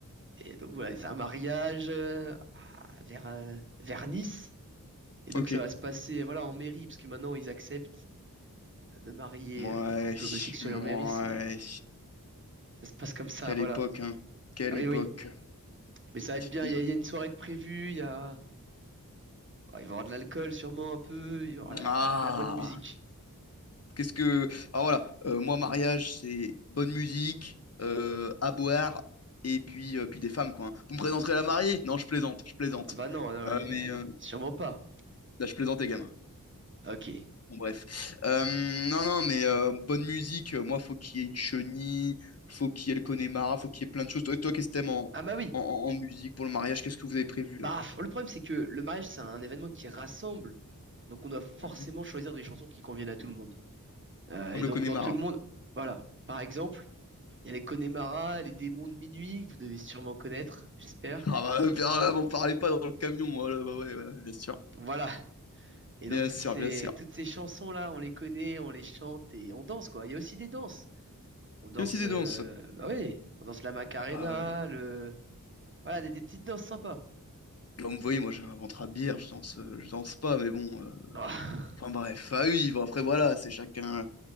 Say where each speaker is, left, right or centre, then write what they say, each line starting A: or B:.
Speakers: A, on the right; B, on the left.
A: Et donc voilà, c'est un mariage euh, à- vers, euh, vers Nice. Et donc
B: Ok.
A: ça va se passer voilà, en mairie, parce que maintenant ils acceptent euh, de marier
B: Ouais,
A: euh, les couples homosexuels
B: ouais,
A: en mairie, c'est ça se passe comme ça,
B: quelle
A: voilà.
B: époque, hein, quelle
A: Oui,
B: époque.
A: oui. Mais ça va être bien,
B: Mm.
A: il y a, il y a une soirée de prévue, il y a... ouais, il va y avoir de l'alcool sûrement un peu, il y aura la-
B: Ah,
A: de la bonne musique.
B: qu'est-ce que... Ah, voilà, euh, moi, mariage, c'est bonne musique, euh, à boire, et puis, euh, puis des femmes, quoi. hein. Vous me présenterez la mariée? Non, je plaisante, je plaisante.
A: Ah bah non, alors, allez,
B: Euh, mais,
A: alors,
B: euh,
A: sûrement pas.
B: là, je plaisante, les gamins.
A: Ok.
B: Bon, Bref. Euh, non, non, mais euh, bonne musique, euh, moi, faut qu'il y ait une chenille, faut qu'il y ait le Connemara, faut qu'il y ait plein de choses. Toi, toi, qu'est-ce que t'aimes en,
A: Ah bah oui.
B: en, en- musique pour le mariage? Qu'est-ce que vous avez prévu
A: Bah,
B: là?
A: f- le problème, c'est que le mariage, c'est un événement qui rassemble. Donc, on doit forcément
B: Ouais.
A: choisir des chansons qui conviennent à tout le monde. Euh,
B: Comme
A: et
B: le
A: donc,
B: Connemara.
A: dans tout le monde, voilà. Par exemple, il y a les Connemara, les démons de minuit, que vous devez sûrement connaître, j'espère.
B: Ah bah, <laughs> euh, bien, là, vous parlez pas dans le camion, voilà, bah ouais, ouais, bien sûr.
A: Voilà. Et
B: Bien
A: donc, toutes
B: sûr,
A: ces,
B: bien sûr.
A: toutes ces chansons-là, on les connaît, on les chante et on danse, quoi. Il y a aussi des danses. On danse,
B: Il y a aussi des
A: euh,
B: danses.
A: bah oui, on danse la Macarena,
B: Ah, ouais.
A: le, voilà, des, des petites danses sympas.
B: Comme vous voyez, moi j'ai un ventre à bière, je danse, euh, je danse pas, mais bon. euh,
A: <laughs>
B: Enfin bref, ah oui, bon, après voilà, c'est chacun.